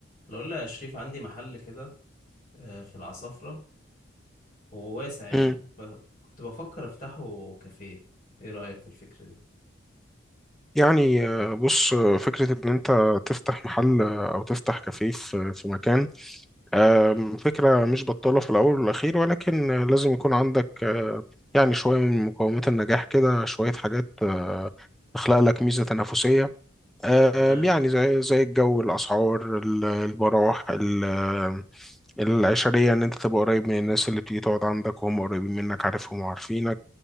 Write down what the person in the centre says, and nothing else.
مم.
يعني آه، بص آه، فكرة إن أنت تفتح محل آه، أو تفتح كافيه في في مكان آم،
فكرة مش بطالة في الأول والأخير ولكن آه، لازم يكون عندك آه، يعني شوية من مقومات النجاح كده شوية حاجات آه، تخلق لك ميزة تنافسية آم،
يعني زي زي الجو الأسعار ال- البراح ال- العشرية إن أنت تبقى قريب من الناس اللي بتيجي تقعد عندك وهم قريبين منك عارفهم وعارفينك